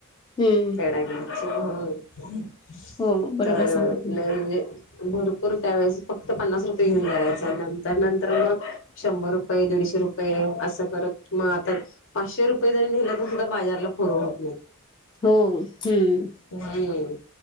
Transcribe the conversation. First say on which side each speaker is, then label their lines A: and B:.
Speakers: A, on the left; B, on the left.
A: हम्म.
B: डायमंडच म्हणून
A: हो बरोबर
B: तर
A: सांगितलं.
B: लय म्हणजे भरपूर त्यावेेळेस फक्त पन्नास रुपये घेऊन जायचं नंतर नंतर मग शंभर रुपये देडशे रुपये असं करत मग आता. पाचशे रुपये जरी नेलं तर सुद्धा बाजारला पुरव होत नाही.
A: हो हम्म.
B: हम्म.